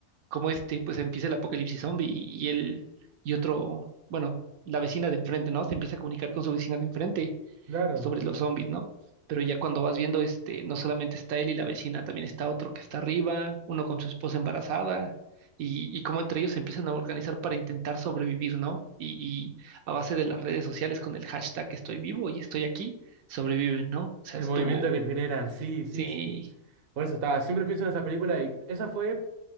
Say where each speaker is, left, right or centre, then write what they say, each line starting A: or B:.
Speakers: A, on the right (about 75°); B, on the right (about 55°).
A: como este, pues empieza el apocalipsis zombie y, y él y otro, bueno, la vecina de enfrente, ¿no? Se empieza a comunicar con su vecina de enfrente
B: Claro.
A: sobre los zombies, ¿no? Pero ya cuando vas viendo, este, no solamente está él y la vecina, también está otro que está arriba, uno con su esposa embarazada, y, y cómo entre ellos se empiezan a organizar para intentar sobrevivir, ¿no? Y, y a base de las redes sociales con el hashtag estoy vivo y estoy aquí, sobreviven, ¿no? O sea,
B: El
A: estuvo,
B: movimiento que generan, sí,
A: sí,
B: sí, sí. Por eso estaba, siempre pienso en esa película y esa fue